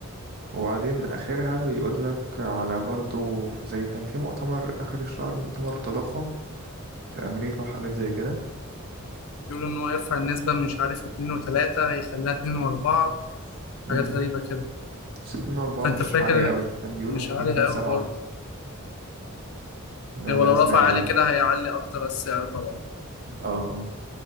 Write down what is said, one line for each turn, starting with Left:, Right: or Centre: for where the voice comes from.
Right: وبعدين آخرها بيقول لك على برضو في- زي كان في مؤتمر آخر الشهر مؤتمر تضخم في أمريكا وحاجات زي كده
Left: بيقولوا إن هو يرفع النسبة من مش عارف اتنين وتلاتة هيخليها اتنين وأربعة
Right: امم
Left: حاجات غريبة كده
Right: ستين أربعة
Left: فأنت
Right: مش
Left: فاكر
Right: عالية أوي
Left: إن-
Right: كان بيقولوا
Left: مش
Right: ممكن
Left: عالي
Right: اتنين سبعة
Left: أوي برضه
Right: ده
Left: يعني
Right: اللي
Left: ولو
Right: أنا سمعته
Left: رفع عالي
Right: يعني
Left: كده هيعلي أكتر السعر طبعا
Right: اه اه